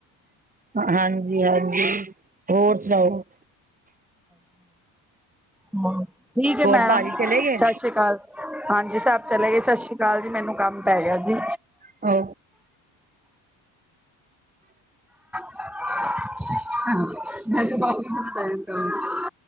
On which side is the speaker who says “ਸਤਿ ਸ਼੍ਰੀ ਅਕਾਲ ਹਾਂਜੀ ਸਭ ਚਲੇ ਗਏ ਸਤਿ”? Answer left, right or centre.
Centre